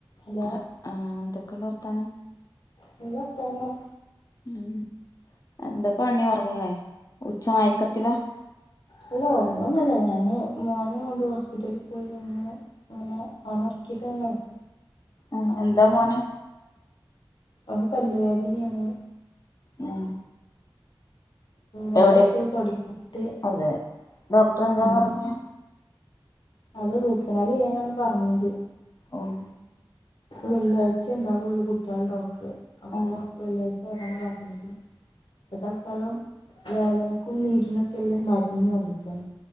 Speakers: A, on the left (about 70°); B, on the left (about 45°).
A: Hello
B: ആഹ് ആഹ് എന്തൊക്കെണ്ട് വർത്താനം?
A: നല്ല വർത്താനം
B: ഉം എന്താ പണി ഉറങ്ങേ ഉച്ച മയക്കത്തിലാ
A: അല്ല ഉറങ്ങൊന്നല്ല ഞാന് മോനെ കൊണ്ടു ഹോസ്പിറ്റലി പോയി വന്ന് ഓനെ ഓനെ ഒർകീട്ടാണ് കട
B: ആഹ് എന്താ മോന്
A: ഓന് പല്ലുവേദനയാണ്
B: ഉം
A: രണ്ടാഴ്ചയായി
B: എവിടെ
A: തുടങ്ങിയിട്ട്
B: അതെ ഡോക്ടറെന്താ
A: ആഹ്
B: പറഞ്ഞെ
A: അത് റൂട്ട് കനാല് ചെയ്യാനാണ് പറഞ്ഞത്
B: ഓഹ്
A: വെള്ളിയാഴ്ചേണ്ടാവുള്ളൂ കുട്ടികളെ ഡോക്ടർ അപ്പൊ
B: ഉം
A: വെള്ളിയാഴ്ച വരാനാണ് പറഞ്ഞത് താൽക്കാലം വേദനക്കും നീരിനൊക്കെള്ളെ മരുന്ന് തന്നിക്ക്ണ്